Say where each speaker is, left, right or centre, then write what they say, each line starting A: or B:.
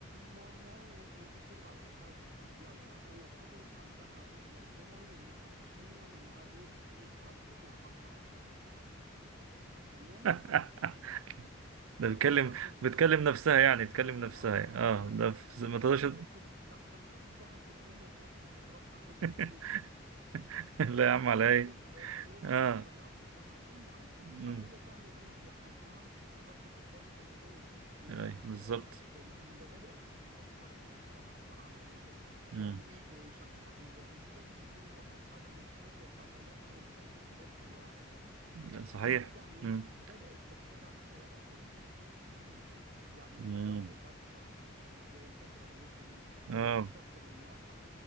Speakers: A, on the right (about 45°); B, on the right (about 80°).
A: ناو ناو وتتضرب على قفاها وتمشي لا لا لا هي فضلت عندها رؤيه كده وانها ذكيه وانها ايه مش هسقط وهطقطقك يا رول تمام
B: <laughs> ده
A: تاخد
B: بتكلم
A: بقى كورس
B: بتكلم نفسها يعني بتكلم نفسها
A: اه
B: يعني. اه
A: انت
B: ده في... ما تقدرش
A: يا عم اسكت لحظه انا حاجز لها في الجيم وخليها تيجي تضربنا احنا شخصيا
B: <laughs> لا يا عم
A: انت
B: على
A: تحسب
B: ايه
A: آه، روي
B: اه
A: ده هيقدر يقف قدامها المهم
B: امم
A: طب هي تعمل ايه هي حجمها مش هتقدر تكبره زي روي ومش
B: اي
A: هتبقى
B: بالظبط
A: شرسه زيه انما بدات تفكر بشكل اكثر عمليا
B: امم
A: يعني ايه بشكل اهي هو مش لازم يكون الواحد حجمه كبير وعضلات والفت فروت يعني
B: لا، صحيح
A: امال تعمل ايه
B: امم
A: بدات تتبع آه، اساليب فيها تكتيك يعني
B: امم
A: الضرب انت عارف الضرب تحت الحزام اضرب واجري
B: اه
A: آه، استخدم المكر